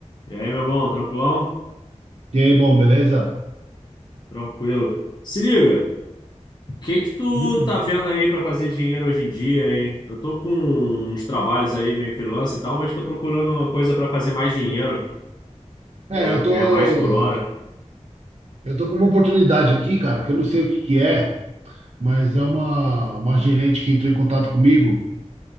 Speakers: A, on the left (about 35°); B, on the right (about 55°).
A: E aí, meu bom, tranquilão?
B: E aí, bom, beleza?
A: Tranquilo. Se liga, o que que tu
B: Hum.
A: tá vendo aí pra fazer dinheiro hoje em dia, hein? Eu tô com uns trabalhos aí meio freelance e tal, mas tô procurando uma coisa pra fazer mais dinheiro, né?
B: É, eu tô,
A: Ganhar mais por hora.
B: eu tô com uma oportunidade aqui, cara, que eu não sei o que que é, mas é uma, uma gerente que entrou em contato comigo